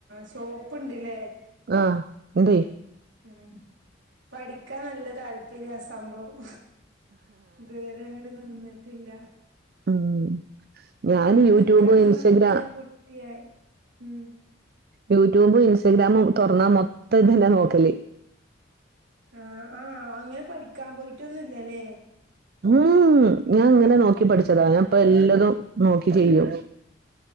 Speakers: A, on the right; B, on the right.
A: ഷോപ്പ്ണ്ട്ല്ലേ
B: ആ
A: ഉം
B: ണ്ടേ
A: ഉം പഠിക്കാൻ നല്ല താല്പര്യ സംഭവം ഇതുവരെ അങ്ങട്ട് നിന്ന്ട്ടില്ല
B: ഉം ഞാൻ
A: ഏ
B: യൂട്യൂബ്
A: നിക്കാൻനിന്നപ്പ
B: ഇൻസ്റ്റഗ്രാം
A: പിന്നെ കുട്ട്യായി ഉം
B: യൂട്യൂബും ഇൻസ്ഗ്രാമും തൊറന്നാ മൊത്തം ഇതെന്നെ നോക്കല്
A: ആ ആ അങ്ങനെ പഠിക്കാൻ പോയിട്ടൊന്നുല്ലല്ലേ
B: ഉം ഞാങ്ങനെ നോക്കിപഠിച്ചതാ ഞാപ്പെല്ലതും നോക്കി ചെയ്യോ